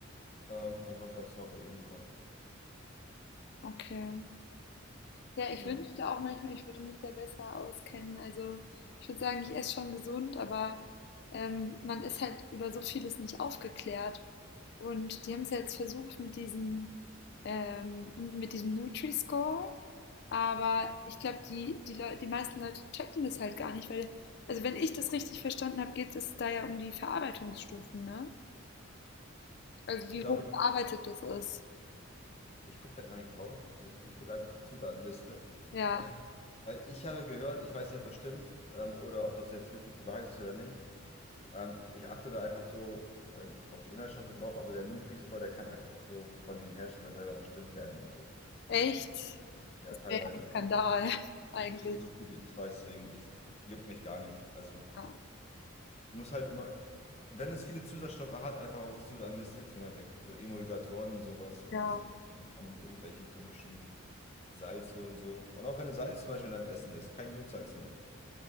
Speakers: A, on the left; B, on the left.
A: Ähm, einfach ganz normal bei Edeka.
B: Okay. Ja, ich
A: Ja.
B: wünschte auch manchmal, ich würde mich da besser auskennen. Also ich würde sagen, ich esse schon gesund, aber ähm, man ist halt über so vieles nicht aufgeklärt. Und die haben es ja jetzt versucht mit diesem, ähm, mit diesem Nutri-Score, aber ich glaube, die, die, Leu die meisten Leute checken das halt gar nicht, weil, also wenn ich das richtig verstanden habe, geht es da ja um die Verarbeitungsstufen, ne? Also
A: Ich
B: wie
A: glaube,
B: hoch verarbeitet das ist.
A: ich gucke da gar nicht drauf. Ich, ich gucke einfach auf die Zutatenliste.
B: Ja,
A: <laughs> Weil ich habe gehört, ich weiß nicht, ob das stimmt, ähm, oder ob das jetzt wirklich die Wahrheit ist oder nicht. Ähm, ich achte da einfach so ähm, auf die Inhaltsstoffe drauf, aber der Nutri-Score, der kann einfach so von den Herstellern selber bestimmt werden und so.
B: echt.
A: Ja,
B: Das
A: teilweise.
B: wäre ein Skandal
A: So,
B: <laughs> eigentlich.
A: so so viel wie ich weiß, deswegen, ich juckt mich gar nicht. Also,
B: Ja.
A: ich muss halt immer, wenn es viele Zusatzstoffe hat, einfach auf die Zutatenliste, Finger weg. So Emulgatoren und sowas und,
B: Ja,
A: keine Ahnung, irgendwelche komischen Salze und so. Und auch wenn ein Salz zum Beispiel in deinem Essen ist, kein Jodsalz nehmen.